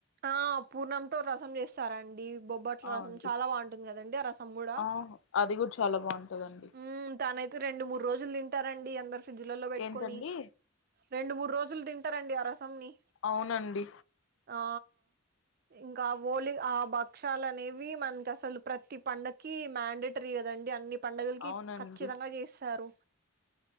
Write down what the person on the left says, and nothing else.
ఆ
అండి
ఆ అది కూడ చాలా బాగుంటదండి.
ఏంటండి
అవునండి
అవునండి